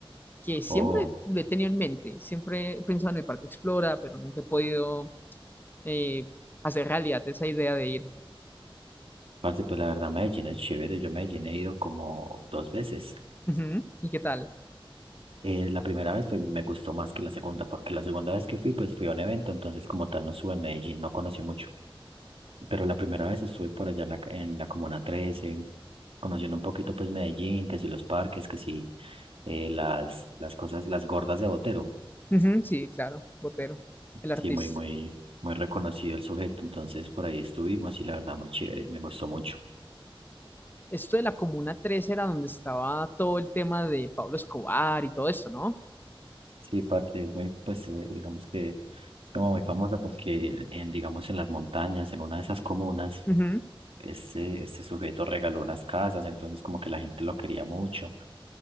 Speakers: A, on the left; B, on the right.
A: que siempre
B: Oh,
A: lo he tenido en mente, siempre he pensado en el Parque Explora, pero nunca he podido eh, hacer realidad esa idea de ir.
B: parte pues la verdad Medellín es chévere. Yo a Medellín he ido como dos veces.
A: Ujú, ¿Y qué tal?
B: Eh, la primera vez fue- me gustó más que la segunda, porque la segunda vez que fui, pues fui a un evento, entonces como tal no estuve en Medellín, no conocí mucho. Pero la primera vez estuve por allá en la, en la Comuna 13 conociendo un poquito pues Medellín, que si los parques, que si eh, las, las cosas, las gordas de Botero.
A: Ujú, sí, claro, Botero, el artista.
B: Sí, muy, muy, muy reconocido el sujeto, entonces por ahí estuvimos y la verdad muy chévere, me gustó mucho.
A: esto de la Comuna 3 era donde estaba todo el tema de Pablo Escobar y todo esto, ¿no?
B: Sí, parte, es muy, pues eh, digamos que es como muy famosa porque en, digamos, en las montañas, en una de esas comunas,
A: Ujú.
B: este, este sujeto regaló unas casas, entonces como que la gente lo quería mucho,